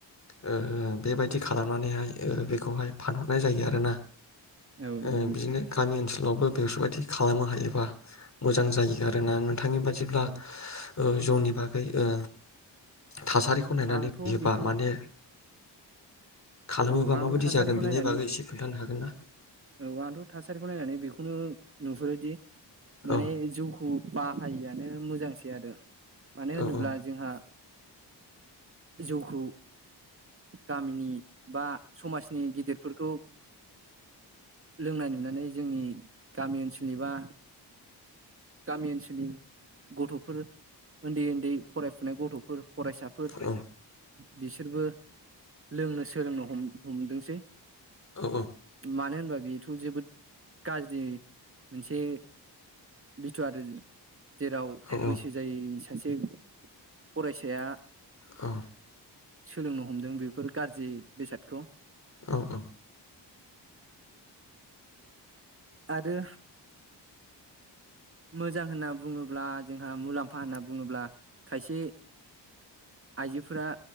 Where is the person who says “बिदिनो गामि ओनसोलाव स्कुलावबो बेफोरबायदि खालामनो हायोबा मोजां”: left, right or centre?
Left